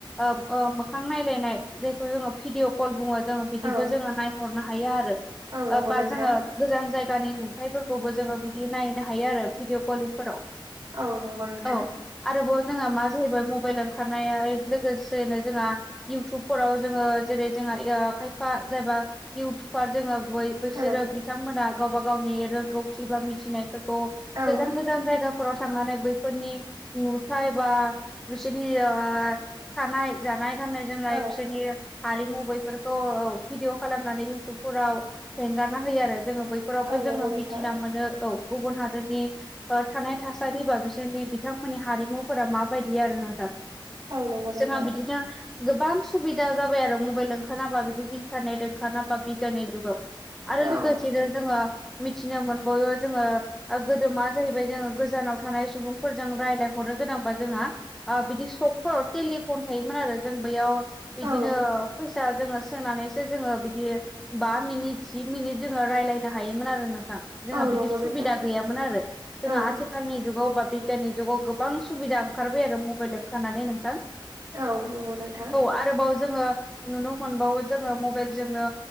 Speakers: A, in the centre; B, on the right.
A: ओ ओ मोखां नायलायनाय जायखौ जोंङो भिदिअ कल बुंङो जोंङो बिदिबो
B: औ
A: जोङो नायहरनो हायो आरो
B: औ नंगौ
A: ओ बा
B: नोंथां
A: जोङो गोजान जायगानि नुथायफोरखौबो जोङो बिदि नायनो हायो आरो भिडिअ कलिंफोराव।
B: औ नंगौ नोंथां।
A: औ आरोबाव जोंहा मा जाहैबाय मबाइल ओंखारनाया लोगोसेनो जोंहा इउटुबफोराव जोंङो जेरै जोंहा यो खायफा जायबा इउटुबार जोङो बै बिसोरो
B: औ
A: बिथांमोना गावबा गावनि रोंगौथि बा मिथिनायफोरखौ
B: औ
A: गोजान गोजान जायगाफोराव थांनानै बैफोरनि नुथाय बा बिसोरनि ओ थानाय जानाय गाननाय-जोमनाय
B: औ
A: बिसोरनि हारिमु बैफोरखौ औ भिदिअ खालामनानै इउटुबफोराव हेंगारना होयो आरो जोङो बै फोरावबो
B: औ
A: जोंङो
B: नंगौ नोंथां
A: मिथिना मोनो औ गुबुन हादोरनि ओ थानाय थासारि बा बिसोरनि बि बिथांमोननि हारिमुफोरा माबायदि आरो नोंथां।
B: औ नंगौ नोंथां
A: जोंहा बिदिनो गोबां सुबिदा जाबाय आरो मबाइल ओंखारनाबा बिदि इन्टारनेट ओंखारनाबा बिगियाननि जुगाव। आरो
B: औ
A: लोगोसेनो जोंङो मिथिनो मोनबावो जोंङो गोदो मा जाहैबाय जोंङो गोजानाव थानाय सुबुं फोरजों रायलाइहरनो गोनांबा जोंहा आ बिदि सकफोराव टेलिफन थायोमोन आरो जों बैयाव बिदिनो
B: औ
A: फैसा जोंङो सोनानैसो जोङो बिदि बा मिनिट जि मिनिट जोंङो रायलायनो हायोमोन आरो नोंथां। जोङा
B: औ
A: बिदि
B: नंगौ
A: सुबिदा
B: नोंथां
A: गैयामोन आरो जोंहा
B: औ
A: आथिखालनि जुगाव बा बे बिगियाननि जुगाव गोबां सुबिदा ओंखारबाय आरो मबाइल ओंखारनानै नोंथां।
B: औ नंगौ नोंथां।
A: औ आरोबाव जोंङो नुनो मोनबावो जोंङो मबेलजोंनो